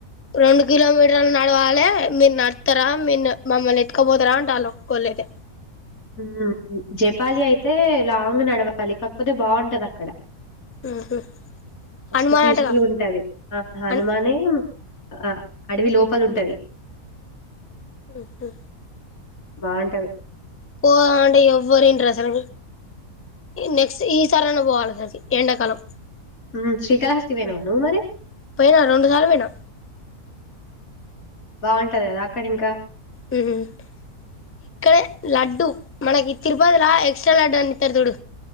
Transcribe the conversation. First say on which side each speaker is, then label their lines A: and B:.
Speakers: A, on the left (about 15°); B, on the left (about 60°).
A: రెండు కిలోమీటర్లు నడవాలే మీరు నడుత్తరా మీరు మమ్మల్ని ఎత్కబోతరా అంటే ఆల్లు ఒప్పుకోలేదు
B: హ్మ్ జపాలి అయితే లాంగ్ నడవాలి కాకపోతే బావుంటది అక్కడ
A: ఉహు
B: మస్తు
A: హనుమాన్
B: పీస్ఫుల్గా
A: అటగా
B: ఉంటాది ఆ హనుమానే
A: హన్
B: ఆ అడవి లోపల ఉంటది
A: ఊహూ
B: బావుంటది
A: పో అంటే ఎవ్వరు ఇనరు అసలు నెక్స్ట్ ఈసారైనా పోవాలి కాశీ కి ఎండాకాలం
B: హ్మ్ శ్రీకాళహస్తి పోయినవ నువ్వు మరి
A: పోయినా రెండు సార్లు పోయినా
B: బావుంటది కదా అక్కడ ఇంకా
A: హ్మ్ ఇక్కడే లడ్డు మనకి తిరుపతి లా ఎక్స్ట్రా లడ్డు అన్ని ఇత్తరు చూడు.